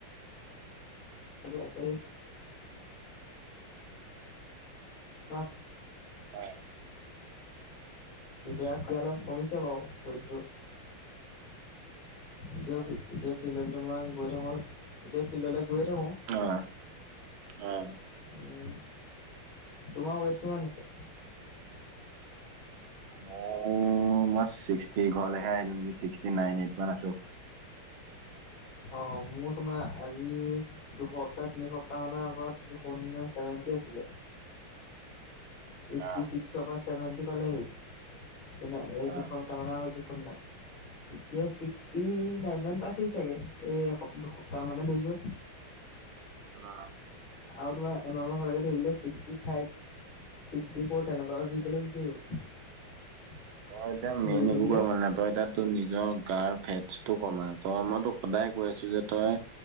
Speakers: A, on the left; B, on the right.
A: কিবা আছিল আ'
B: অহ'।
A: এতিয়া তেতিয়াত কৈ অলপ কমিছে বাৰু ৱেইটটো। এতিয়াও- এতিয়া ফিল্ডলে তোমাৰ গৈ থাকোঁ, এতিয়া ফিল্ডলে গৈয়ে থাকোঁ।
B: অহ', -অঁহ',।
A: উম, তোমাৰ ৱেইট কিমান আছে?
B: মোৰ, মই ছিক্সটি ঘৰলেহে আহিলোঁ নেকি। ছিক্সটি নাইন, এইটমান আছোঁ।
A: অহ, মোৰ তোমাৰ আজি- দুসপ্তাহ-তিনিসপ্তাহ মানৰ আগত দেখোন চেভেন্টি আছিলে। এইট্টি
B: আহ,
A: ছিক্সৰ পৰা ছেভেন্টি পালেহি। কি ন এই
B: আহ,
A: দুশপটামানৰ আগত জোখত নাই। এতিয়া ছিক্সটি নাইনমান পাইছেহি চাগে। এই এসপ, দুসপ্তাহ মানে ধৰিছোঁ।
B: অহ।
A: আৰু তোমাৰ এমাহৰ ধৰিলে ছিক্সি ফাইভ- ছিক্সটি ফ'ৰ তেনেকুৱা <unintelligible> কেনে গুচি আহিব।
B: তই এতিয়া মেইন
A: দৌৰি থাকিলে
B: একোকৰিবনেলা গগ ততমানে। তই এতিয়া- তই নিজৰ গাৰ ফেত্ছটো কমা। তই, মই তোক সদায় কৈ আছোঁ যে তই-